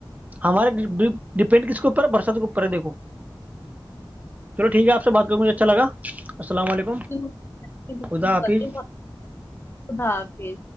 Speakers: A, on the right (about 20°); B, on the left (about 30°).
A: ہمارے ڈیپینڈ کس کو برسات کے اپرے دیکو چلو ٹھیک ہے آپ سے بات کر کے مجھے اچھا لگا السلام علیکم
B: ک یہ بہت
A: خدا حافظ
B: ادار کے